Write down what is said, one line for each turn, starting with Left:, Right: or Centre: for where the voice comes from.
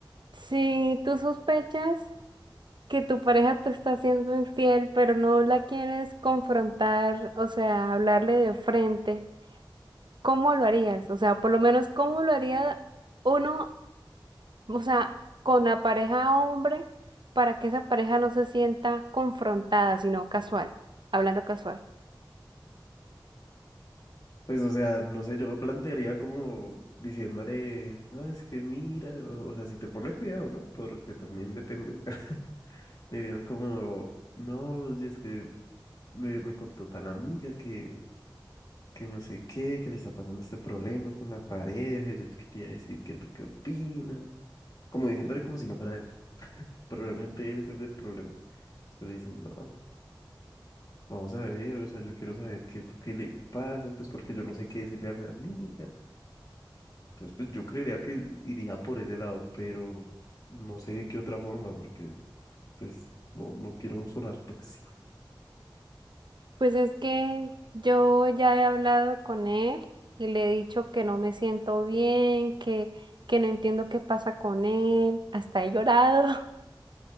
Right: si tú sospechas que tu pareja te está siendo infiel, pero no la quieres confrontar, o sea, hablarle de frente, ¿cómo lo harías? O sea, por lo menos, ¿cómo lo haría uno O sea, con la pareja hombre, para que esa pareja no se sienta confrontada, sino casual, hablando casual.
Left: pues, o sea, no sé, yo lo plantearía como diciéndole, no, es que mira, o, o sea, si te pone cuidado, ¿no? Porque también depende. <laughs> Le dirías como, no, y es que me, me contó tal amiga que, que no sé qué, que le está pasando este problema con la pareja, y yo te quería decir que tú qué opinas. Como diciéndole como si no fuera él. pero realmente él es el del problema. Entonces le dicen, no, vamos a ver, o sea, yo quiero saber qué es lo que le pasa, pues porque yo no sé qué decirle a mi amiga. Entonces, pues yo creería que iría por ese lado, pero no sé de qué otra forma, porque pues no, no quiero sonar tóxico.
Right: Pues es que yo ya he hablado con él y le he dicho que no me siento bien, que, que no entiendo qué pasa con él, hasta he llorado,